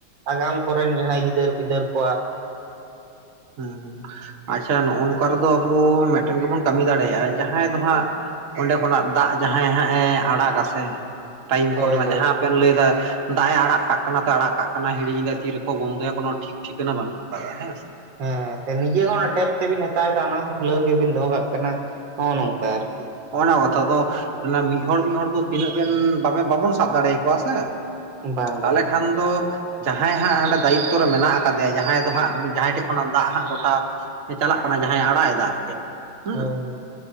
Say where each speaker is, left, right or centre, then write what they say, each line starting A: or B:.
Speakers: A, on the right; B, on the right.
A: ᱟᱜᱟᱢ ᱠᱚᱨᱮᱱ ᱡᱟᱦᱟᱸᱭ ᱜᱤᱫᱟᱹᱨ ᱯᱤᱫᱟᱹᱨ ᱠᱚᱣᱟᱜ
B: ᱦᱮᱸ, ᱟᱪᱪᱷᱟ ᱱᱚᱜᱼᱚ ᱱᱚᱝᱠᱟ ᱨᱮᱫᱚ ᱟᱵᱚ ᱢᱤᱫᱴᱮᱱ ᱜᱮᱵᱚᱱ ᱠᱟᱹᱢᱤ ᱫᱟᱲᱮᱭᱟᱜᱼᱟ, ᱡᱟᱦᱟᱸᱭ ᱫᱚ ᱦᱟᱸᱜ ᱚᱸᱰᱮ ᱠᱷᱚᱱᱟᱜ ᱫᱟᱜ ᱡᱟᱦᱟᱸᱭ ᱦᱟᱸᱜ ᱮ ᱟᱲᱟᱜᱟᱥᱮ ᱴᱟᱭᱤᱢ
A: ᱦᱳᱭ
B: ᱠᱚᱞ ᱨᱮᱱᱟᱜ
A: ᱦᱳᱭ
B: ᱡᱟᱦᱟᱸ ᱵᱮᱱ ᱞᱟᱹᱭᱫᱟ ᱫᱟᱜ ᱮ ᱟᱲᱟᱜ ᱠᱟᱜ ᱠᱟᱱᱟ ᱛᱚ ᱟᱲᱟᱜ ᱠᱟᱜ ᱠᱟᱱᱟ ᱦᱤᱲᱤᱧ ᱮᱫᱟᱭ ᱛᱤᱨᱮᱠᱚ ᱵᱚᱱᱫᱚᱭᱟ ᱠᱳᱱᱳ ᱴᱷᱤᱠ ᱴᱷᱤᱠᱟᱹᱱᱟ ᱵᱟᱹᱱᱩᱜ ᱟᱠᱟᱫᱟ, ᱦᱮᱸ ᱥᱮ ᱾
A: ᱦᱮᱸ, ᱥᱮ ᱱᱤᱡᱮ ᱦᱚᱸ ᱚᱱᱟ ᱴᱮᱯ ᱛᱮᱵᱤᱱ ᱦᱟᱛᱟᱣ ᱮᱫᱟ ᱚᱱᱟ ᱦᱚᱸ ᱠᱷᱩᱞᱟᱹᱣ ᱜᱮᱵᱤᱱ ᱫᱚᱦᱚ ᱠᱟᱜ ᱠᱟᱱᱟ, ᱱᱚᱜᱼᱚ ᱱᱚᱝᱠᱟ ᱟᱨᱠᱤ ᱾
B: ᱦᱚᱜᱼᱚ ᱱᱚᱣᱟ ᱠᱟᱛᱷᱟ ᱟᱫᱚ ᱢᱤᱫ ᱦᱚᱲ ᱢᱤᱫ ᱦᱚᱲ ᱫᱚ ᱛᱤᱱᱟᱹᱜ ᱵᱮᱱ ᱵᱟᱵᱮᱱ ᱵᱟᱵᱚᱱ ᱥᱟᱵ ᱫᱟᱲᱮᱭᱟᱠᱚᱣᱟ ᱥᱮ!
A: ᱵᱟᱝ
B: ᱛᱟᱦᱚᱞᱮ
A: ᱵᱟᱝ
B: ᱠᱷᱟᱱ ᱛᱚ ᱡᱟᱦᱟᱸᱭ ᱦᱟᱸᱜ ᱦᱟᱸᱰᱮ ᱫᱟᱭᱤᱛᱛᱚ ᱨᱮ ᱢᱮᱱᱟᱜ ᱟᱠᱟᱫᱮᱭᱟ, ᱡᱟᱦᱟᱸᱭ ᱫᱚ ᱦᱟᱸᱜ ᱡᱟᱦᱟᱸᱭ ᱴᱷᱮᱱ ᱠᱷᱚᱱᱟᱜ ᱫᱟᱜ ᱦᱟᱸᱜ ᱜᱚᱴᱟ ᱪᱟᱞᱟᱜ ᱠᱟᱱᱟ ᱡᱟᱦᱟᱸᱭᱮ ᱟᱲᱟᱜ ᱮᱫᱟ ᱟᱨ ᱪᱮᱫ, ᱦᱩᱸ!
A: ᱦᱳᱭ ᱦᱳᱭ